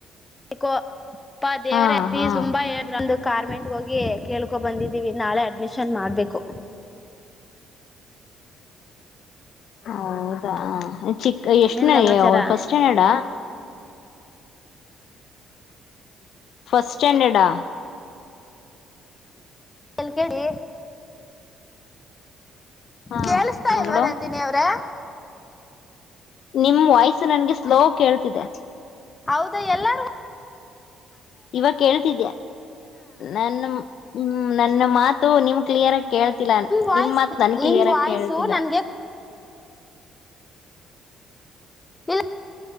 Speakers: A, on the left; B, on the left.
A: ಬಿಕೋ ಅಪ್ಪಾ ದೇವ್ರೇ
B: ಹಾ
A: ಫೀ
B: ಹಾ ಹಾ
A: ತುಂಬಾ ಹೇಳಿದ್ರು ಅ ಗಾರ್ಮೆಂಟ್ ಹೋಗಿ ಕೇಳ್ಕೊ ಬಂದಿದ್ದೀವಿ ನಾಳೆ ಅಡ್ಮಿಷನ್ ಮಾಡ್ಬೇಕು
B: ಹೌದಾ ಚಿ ಎಷ್ಟ್
A: ಇನ್ನೇನ್
B: ನ
A: ಸಮಾಚಾರ
B: ಫಸ್ಟ್ ಸ್ಟ್ಯಾಂಡರ್ಡ್ ಫಸ್ಟ್ ಸ್ಟಾಂಡರ್ಡಾ
A: ಎಲ್ಲಿ ಕೇಳಿ
B: ಹಾ
A: ಕೇೇಳಿಸತಾ
B: ಮಗಳು
A: ಇಲ್ವಾ ನಂದಿನಿ ಅವ್ರ
B: ನಿಮ್ ವಾಯ್ಸ ನನ್ಗೆ ಸ್ಲೋ ಕೇಳ್ತಿದೆ
A: ಹೌದಾ ಎಲ್ಲಾರು
B: ಇವಾಗ ಕೇಳ್ತಿದ್ಯಾ ನಾನ ಹ್ಮ್ ಹ್ಮ ನನ್ನ ಮಾತು ನಿಮ್ ಕ್ಲಿಯರ್ ಆಗಿ ಕೇಳ್ತಿಲ್ಲ
A: ವಾಯ್ಸ್
B: ನಿಮ್ ಮಾತ್ ನನ್ ಕ್ಲಿಯರ್
A: ನಿಮ್ ವಾಯ್ಸು
B: ಆಗ ಕೇಳ್ತಿಲ್ಲ
A: ನನ್ಗೆ ಇಲ್ಲ